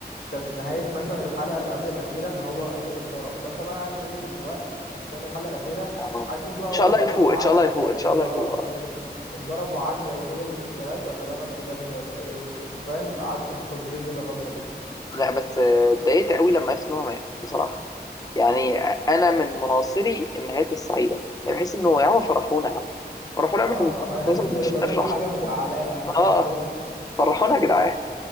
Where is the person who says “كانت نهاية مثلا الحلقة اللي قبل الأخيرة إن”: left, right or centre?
Left